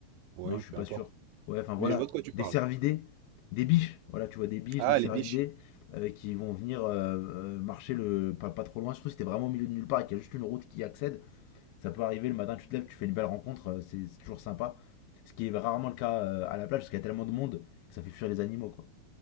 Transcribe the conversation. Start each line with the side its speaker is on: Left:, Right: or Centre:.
Right: Oui,
Left: Non, je
Right: peu
Left: suis pas
Right: importe.
Left: sûr. Ouais, enfin voilà,
Right: Mais je vois de quoi tu
Left: des
Right: parles.
Left: cervidés, des biches. Voilà, tu vois des biches,
Right: Ah,
Left: des cervidés
Right: les biches.
Left: euh, qui vont venir euh, euh, marcher le pas, pas trop loin. Surtout si t'es vraiment au milieu de nulle part et qu'il y a juste une route qui y accède, ça peut arriver le matin, tu te lèves, tu fais une belle rencontre, euh, c'est c'est toujours sympa. Ce qui est rarement le cas euh, à la plage parce qu'il y a tellement de monde que ça fait fuir les animaux quoi.